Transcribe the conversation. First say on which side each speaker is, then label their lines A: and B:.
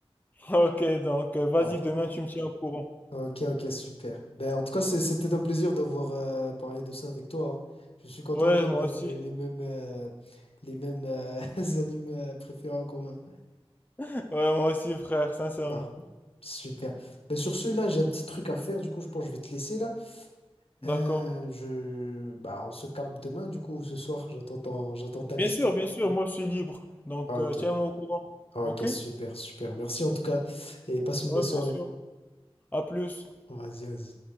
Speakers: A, on the left (about 15°); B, on the left (about 65°).
A: ok, donc euh, vas-y,
B: Parfait.
A: demain tu me tiens au courant.
B: Ok, ok, super. Ben, en tout cas, c'est- c'était un plaisir d'avoir euh, parlé de ça avec toi. hein. Je suis content
A: Ouais,
B: qu'on
A: moi
B: ait
A: aussi.
B: le- les, mêmes, euh, les mêmes euh, <laughs> animes euh, préférés en commun.
A: <laughs> Ouais, moi aussi, frère, sincèrement.
B: Ah, super. Ben, sur ce, là, j'ai un petit truc à faire. Du coup, je pense que je vais te laisser là. Euh,
A: D'accord.
B: je... bah on se capte demain, du coup, ou ce soir. J'attends ton- j'attends ta liste.
A: Bien sûr, bien sûr, moi je suis libre. Donc
B: Ok,
A: euh, tiens-moi au courant.
B: ok,
A: Ok?
B: super, super. Merci en tout cas. Et passe une
A: Ouais,
B: belle soirée.
A: bien sûr. À plus.
B: Vas-y, vas-y.